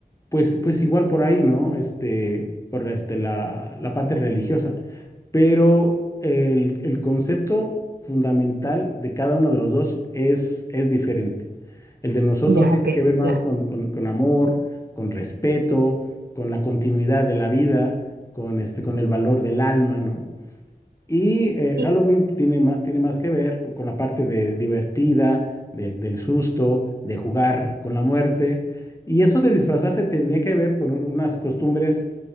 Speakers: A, on the left; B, on the right.
A: pues, pues igual por ahí, ¿no? Este, por la, este, la, la parte religiosa. Pero el, el, concepto fundamental de cada uno de los dos es, es diferente. El de nosotros
B: ya,
A: tiene
B: ok,
A: que ver más
B: claro.
A: con, con, con amor, con respeto, con la continuidad de la vida, con, este, con el valor del alma, ¿no? Y eh,
B: Y-
A: Halloween tiene, ma- tiene más que ver co- con la parte de divertida, del, del susto, de jugar con la muerte. Y eso de disfrazarse tenía que ver con unas costumbres